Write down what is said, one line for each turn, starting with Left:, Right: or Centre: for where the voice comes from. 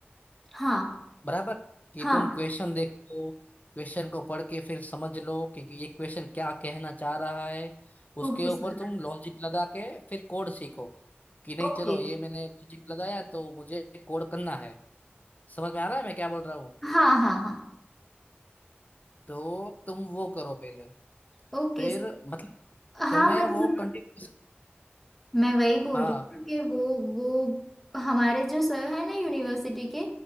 Centre: हाँ
Left: बराबर कि
Centre: हाँ
Left: तुम क्वेश्चन देख लो क्वेश्चन को पढ़ के फिर समझ लो कि कि ये क्वेश्चन क्या कहना चाह रहा है उसके
Centre: Okay
Left: ऊपर
Centre: sir
Left: तुम लॉजिक लगा के फिर कोड सीखो कि नहीं
Centre: ओके
Left: चलो ये मैंने लॉजिक लगाया तो मुझे कोड करना है समझ में आ रहा है मैं क्या बोल रहा हूँ
Centre: हाँ हाँ हाँ
Left: तो तुम वो करो पहले
Centre: ओके
Left: फिर मतलब
Centre: हाँ
Left: तुम्हें
Centre: मतलब
Left: वो कंटिन्यू
Centre: मैं वही बोल
Left: हाँ
Centre: रही हूँ कि वो वो हमारे जो सर है ना यूनिवर्सिटी के